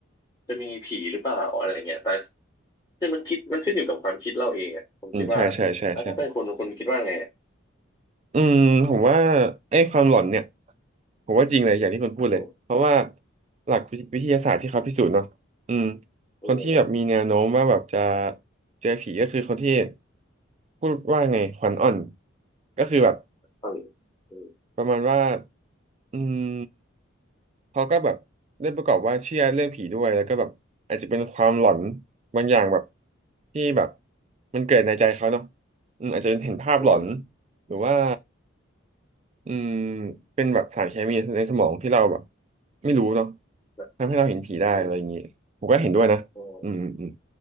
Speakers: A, on the left; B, on the right.
A: จะมีผีหรือเปล่าอะไรเงี้ยแต่คือมันคิดมันขึ้นอยู่กับความคิดเราเองอ่ะผมคิดว่า
B: อืมใช่ใช่ใช่ใช่
A: แล้วถ้าเป็นคนคนคิดว่าไงอะ
B: อืมผมว่าไอ้ความหลอนเนี่ยผมว่าจริงเลยอย่างที่คุณพูดเลยเพราะว่า
A: โอ้
B: หลักวิวิทยาศาสตร์ที่เขาพิสูจน์เนาะอืม
A: โอ้
B: คนที่แบบมีแนวโน้มว่าแบบจะเจอผีก็คือคนที่พูดว่าไงขวัญอ่อนก็คือแบบ
A: ตอนนี้โอ้
B: ประมาณว่าอืมเขาก็แบบได้ประกอบว่าเชื่อเรื่องผีด้วยแล้วก็แบบอาจจะเป็นความหลอนบางอย่างแบบที่แบบมันเกิดในใจเขาเนาะอืมอาจจะเป็นเห็นภาพหลอน
A: โอ้
B: หรือว่า อืมเป็นแบบสารเคมีในสมองที่เราแบบไม่รู้เนาะ
A: แบบ
B: ทำให้เราเห็นผีได้อะไรอย่างงี้ผมก็เห็นด้วยนะอืมอืมอืม
A: โอ้โอ้